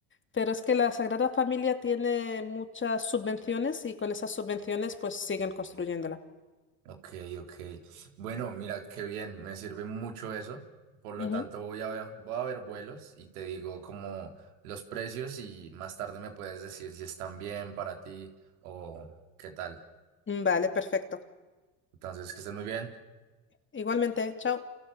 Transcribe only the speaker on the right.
Ok, ok. Bueno, mira, qué bien. Me sirve mucho eso. Por lo
tanto, voy a, voy a ver vuelos y te digo como los precios y más tarde me puedes decir si están bien para ti o qué tal.
Entonces, que estén muy bien.